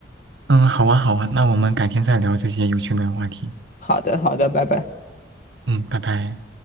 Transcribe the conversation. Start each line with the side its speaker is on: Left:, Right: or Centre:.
Right: 嗯，好啊好啊，那我们改天再聊这些有趣的话题。
Left: 好的，好的，拜拜。
Right: 嗯，拜拜。